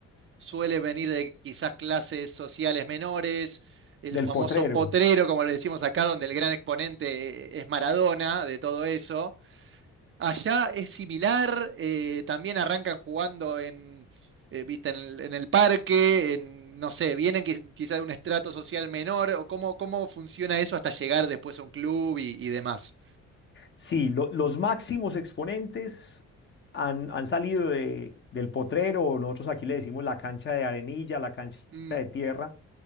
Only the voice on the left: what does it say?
del
potrero.
Sí, lo- los máximos exponentes han, han salido de- del potrero, o nosotros aquí le decimos la cancha de arenilla, la cancha
de tierra